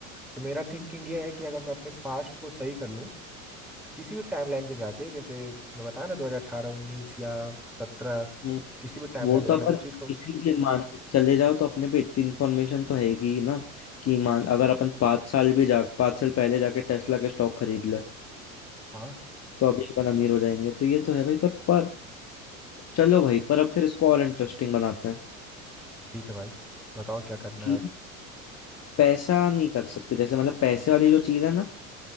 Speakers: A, in the centre; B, on the left.
A: तो मेरा थिंकिंग ये है कि अगर मैं अपने पास्ट को सही कर लूं किसी भी टाइमलाइन पे जाके जैसे मैं बताया ना 2018 19 या 17
B: हम्म।
A: किसी भी टाइमलाइन
B: वो
A: पे जाके
B: तो अपन
A: कुछ चीज़ को
B: इसीलिए मान चले जाओ तो अपने पे इतनी इन्फॉर्मेशन तो हैगी ही ना कि मान अगर अपन पाँच साल भी जा पाँच साल पहले जाके टेस्ला के स्टॉक खरीद लें
A: हाँ
B: तो अभी अपन अमीर हो जाएंगे तो ये तो है भाई पर पर चलो भाई पर अब फिर इसको और इंटरेस्टिंग बनाते हैं
A: ठीक है भाई बताओ क्या करना
B: कि
A: है अब
B: पैसा नहीं कर सकते जैसे मतलब पैसे वाली जो चीज है ना